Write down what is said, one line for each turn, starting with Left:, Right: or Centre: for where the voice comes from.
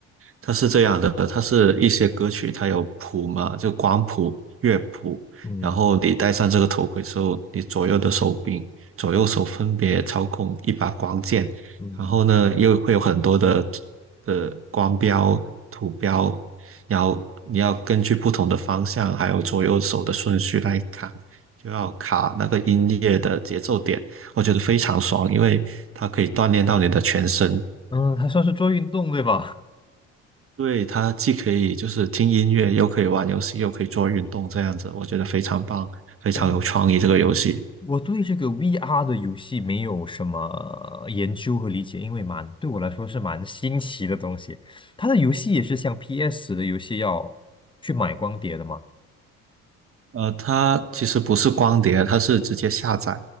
Right: 它是这样的，它是一些歌曲，它有谱嘛，就光谱、乐谱，
Left: 嗯
Right: 然后你戴上这个头盔之后，你左右的手柄、左右手分别操控一把光剑，
Left: 嗯
Right: 然后呢，又会有很多的的光标、图标，然后你要根据不同的方向，还有左右手的顺序来看，就要卡那个音乐的节奏点，我觉得非常爽，因为它可以锻炼到你的全身。
Left: 嗯，还算是做运动对吧？
Right: 对，它既可以就是听音乐，又可以玩游戏，又可以做运动，这样子，我觉得非常棒，非常有创意这个游戏。
Left: <laughs> 嗯我对这个 VR 的游戏没有什么研究和理解，因为蛮对我来说是蛮新奇的东西。它的游戏也是像 PS 的游戏要去买光碟的嘛？
Right: 呃，它其实不是光碟，它是直接下载。